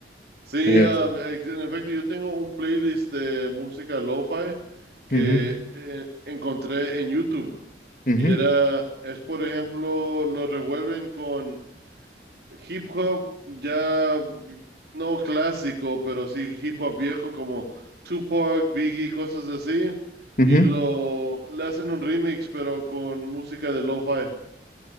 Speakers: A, on the right (about 65°); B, on the left (about 45°).
A: Sí,
B: Es.
A: ah, ex- en efecto, yo tengo un playlist de música lo-fi que
B: ujú,
A: eh, encontré en YouTube.
B: ujú,
A: Y era, es por ejemplo, lo revuelven con hip hop ya vi- no clásico, pero sí hip hop viejo como Tupac, Biggie, cosas así.
B: ujú.
A: Y lo le hacen un remix, pero con música de lo-fi.